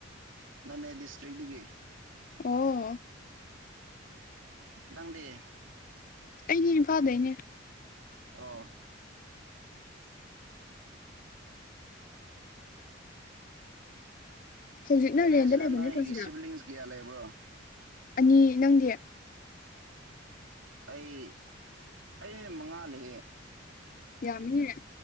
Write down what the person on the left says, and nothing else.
ꯑꯣꯝ
ꯑꯩꯗꯤ ꯏꯝꯐꯥꯗꯩꯅꯦ
ꯍꯧꯖꯤꯛꯅ
ꯔꯦꯟꯗ ꯂꯩꯕ
ꯅꯠꯇ꯭ꯔꯣ ꯁꯤꯗ
ꯑꯅꯤ ꯅꯪꯗꯤ
ꯌꯥꯝꯃꯤꯅꯦ